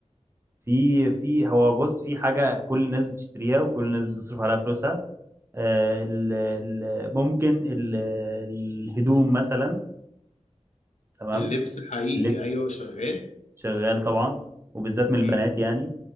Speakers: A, on the right (about 20°); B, on the left (about 75°).
A: في في هو بص في حاجة كل الناس بتشتريها وكل الناس بتصرف عليها فلوسها أه، ال- ال- ممكن ال- الهدوم مثلا تمام
B: اللبس حقيقي
A: اللبس
B: ايوه شغال
A: شغال طبعا وبالذات من
B: مم.
A: البنات يعني